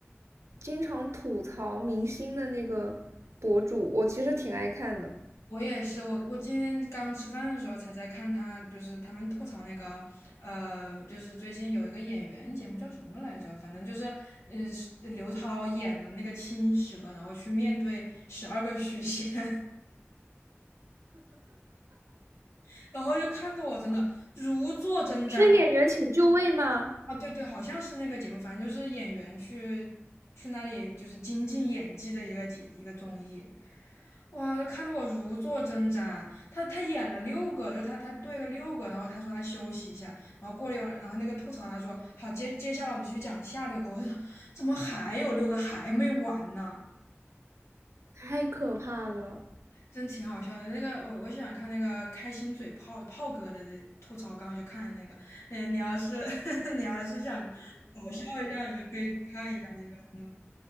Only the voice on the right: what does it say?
经常吐槽明星的那个博主？我其实挺爱看的，
是演员请就位吗？
太可怕了！